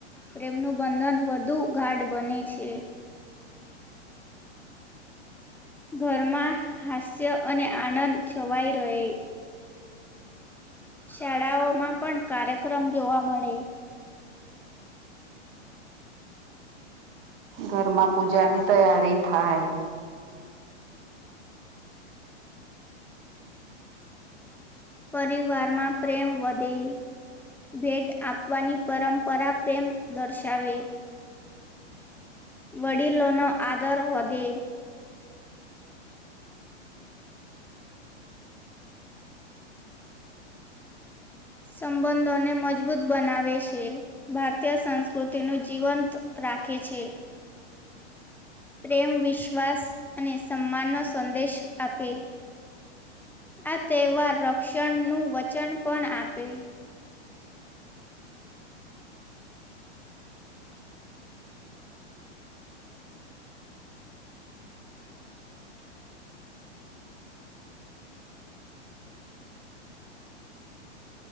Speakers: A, in the centre; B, on the right (about 50°).
A: પ્રેમનું બંધન વધુ ગાઢ બને છે. ઘરમાં હાસ્ય અને આનંદ છવાઈ રહે છે. શાળાઓમાં પણ કાર્યક્રમ જોવા મળે.
B: ઘરમાં પૂજાની તૈયારી થાય.
A: પરિવારમાં પ્રેમ વધે છે. ભેટ આપવાની પરંપરા પ્રેમ દર્શાવે. વડીલો નો આદર વધે. સંબંધો ને મજબૂત બનાવે છે. ભારતીય સંસ્કૃતિ ને જીવંત રાખે છે. પ્રેમ વિશ્વાસ અને સન્માન નો સંદેશ આપે. આ તહેવાર રક્ષણ નું વચન પણ આપે.